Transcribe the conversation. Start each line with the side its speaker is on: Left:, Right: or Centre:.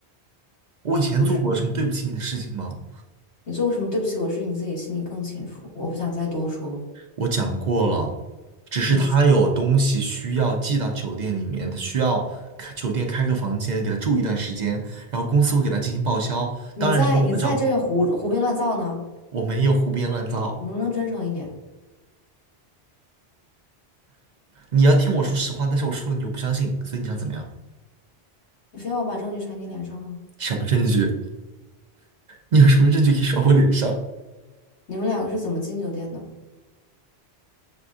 Right: 我以前做过什么对不起你的事情吗？
Left: 不是吗？你做过什么对不起我的事，你自己心里更清楚。我不想再多说。
Right: 我讲过了，只是他有东西需要寄到酒店里面，
Left: 你是
Right: 他需要开酒店开个房间给他住一段时间，然后公司会给他进行报销，
Left: 你在你在这胡胡编乱造呢？
Right: 当然是对我的账户，我没有胡编乱造。
Left: 你能不能真诚一点？
Right: 你要听我说实话，但是我说了你又不相信，所以你想怎么样？
Left: 你非要我把证据甩你脸上吗？
Right: 什么证据？你有什么证据可以甩我脸上？
Left: 你们两个是怎么进酒店的？